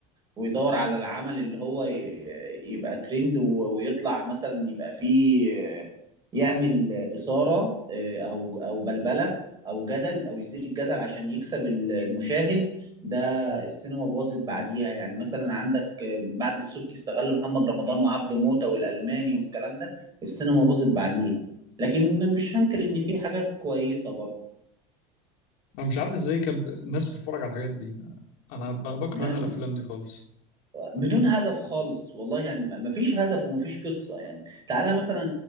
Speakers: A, on the right; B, on the left.
A: ويدور على العمل اللي هو ي- يبقى ترند و- ويطلع مثلا يبقى فيه آه، يعمل إثارة آه، أو أو بلبلة أو جدل أو يثير الجدل عشان يكسب ال- المشاهد ده السينما
B: أه
A: باظت بعديها يعني مثلا عندك آه، بعد السبكي استغل محمد رمضان وعبده موتة والألماني والكلام ده السينما باظت بعديها لكن مش هنكر إن في حاجات كويسة
B: انا مش عارف ازاي كان ب- الناس بتتفرج على الحاجات دي انا ب- بكره
A: برضه
B: انا الافلام دي خالص
A: بدون هدف خالص والله يعني ما ما فيش هدف وما فيش قصة يعني تعالى مثلا